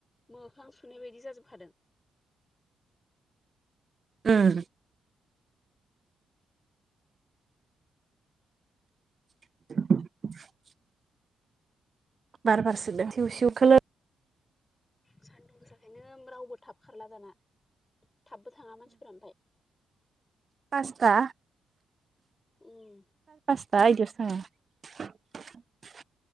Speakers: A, on the left (about 25°); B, on the right (about 45°).
A: मोखां सुनाय बायदि जाजोबखादों
B: उम <inaudible> बार बारसोदों सिउ सिउ खोलो
A: सान्दुं गोसाखायनो रावबो थाब खारला दाना थाबबो थाङा मानसिफोरा ओमफ्राय
B: पास्ता
A: उम
B: <unintelligible>